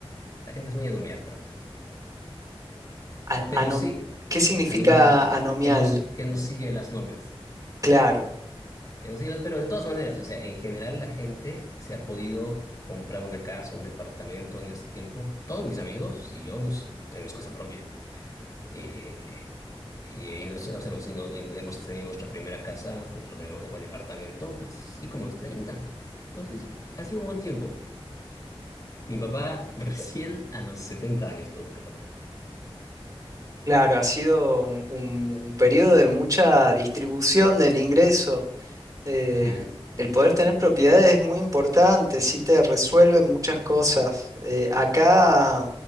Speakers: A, on the left; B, on the right.
A: la gente es muy anomial por acá.
B: An-
A: Pero
B: anom-
A: sí,
B: ¿Qué significa
A: anomial,
B: anomial?
A: que nos, que nos sigue las normas.
B: Claro,
A: Que nos sigue las- pero de todas maneras, o sea, en general la gente se ha podido comprar una casa, un departamento en ese tiempo. Todos mis amigos y yo nos tenemos casa propia. Eh, Y, y nos- o sea, nos- y no- y hemos tenido nuestra primera casa, nuestro primer departamento, pues sí, como a los treinta Entonces, ha sido un buen tiempo. Mi papá recién a los setenta años tuvo casa propia.
B: claro, ha sido un, un- un periodo de mucha distribución del ingreso. Eh,
A: Ujú,
B: el poder tener propiedades es muy importante, sí te resuelve muchas cosas. Eh, acá